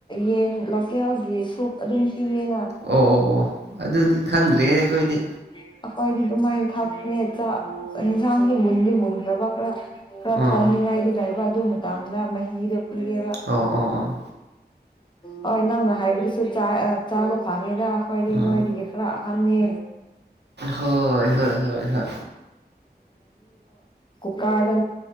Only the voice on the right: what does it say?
ꯑꯣ ꯑꯣ ꯑꯣ ꯑꯗꯨꯗꯤ ꯈꯪꯗ꯭ꯔꯦ ꯑꯣꯏꯣꯏꯗꯤ
ꯎꯝ
ꯑꯣ ꯑꯣ ꯑꯣ
ꯎꯝ
ꯍꯣꯏ ꯍꯣꯏ ꯍꯣꯏ ꯍ